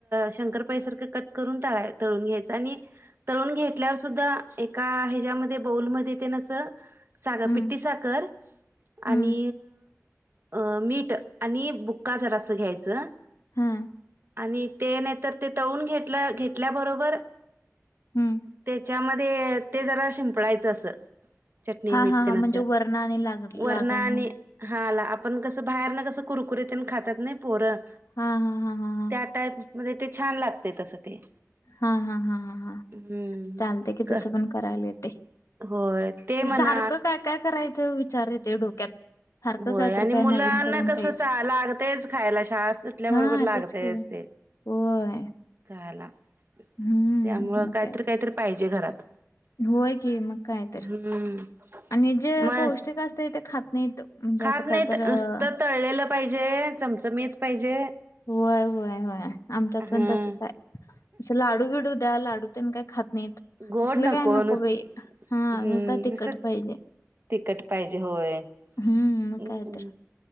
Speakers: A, on the right; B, on the left.
A: शंकरपाईसारखं कट करून तळा तळून घ्यायचं आणि तळून घेतल्यावर सुद्धा एका ह्याच्यामध्ये बौलमध्ये ते न अस साध
B: हं,
A: पिट्टी साखर
B: हं,
A: आणि अ मीठ आणि बुक्का जरा असं घ्यायचं.
B: हा.
A: आणि ते नाही तरर ते तळून घेत घेतल्याबरोबर
B: हं.
A: त्याच्यामध्ये ते ज रा शिपडायचं असं. चटणी
B: हां,
A: मिठ
B: हां,
A: ते
B: हां.
A: न
B: म्हणजे
A: अस
B: वरनं आणि लाग लागावं
A: वरण आणि
B: म्हणून.
A: हाला आपण कसं बाहेर ना कसं कुरकुरीत खातात नाही पोरं.
B: हां, हां, हां, हां, हां.
A: त्या टाईप मते छान लागते तस ते.
B: हा हा हा ह हा
A: हम्म
B: चालते की
A: क
B: तसं पण करायला येते.
A: होय ते म्हणा
B: सारखं काय काय करायचं विचार येते डोक्यात. सारखं
A: होय
B: काहीतरी
A: आणि
B: काय
A: मुलांना
B: नवीन करून
A: कस
B: तेच.
A: लागतयच खायला शाळा सुटल्याबरोबर
B: हां,
A: लागतेयच
B: तेच की.
A: ते.
B: होय.
A: खायला त्यामुळं
B: हं, मग
A: काहीतरी
B: काय तर.
A: काहीतरी पाहिजे घरात.
B: होय की मग काय तर.
A: हम्म.
B: आणि जे
A: मग
B: पौष्टिक असते ते खात नाहीत. म्हणजे
A: खात
B: असं
A: नाही
B: काय तर अ,
A: नुसतं तळलेलं पाहिजे, चमचमीत पाहिजे.
B: होय होय होय आमच्यात
A: हं
B: पण तसच आहे. अस लाडू बिडू द्या लाडू त्यान काय खात नाहीत.
A: गोड
B: असलं
A: नको
B: काय
A: नुसतं
B: बाई हा
A: हम्म
B: नुसता तिखट पाहिजे.
A: तिकट पाहिजे होयम्.
B: हम्म मग काय तर